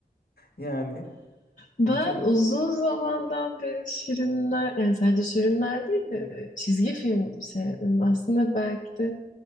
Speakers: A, on the left (about 65°); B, on the left (about 50°).
A: <laughs> Yani
B: Ben
A: bütün
B: uzun zamandan beri Şirinler, yani sadece Şirinler değil
A: Hı
B: de
A: hı.
B: çizgi film sevdim. Aslında belki de